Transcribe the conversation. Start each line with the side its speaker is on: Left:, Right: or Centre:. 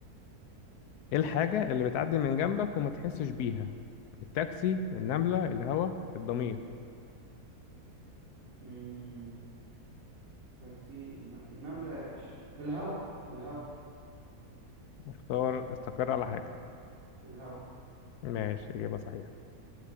Left: ايه الحاجة اللي بتعدي من جنبك وما تحسش بيها التاكسي النملة الهوا الضمير
Right: امم تاكسي الن- النملة يا باشا الهوا الهوا
Left: اختار استقر على حاجة
Right: الهوا
Left: ماشي إجابة صحيحة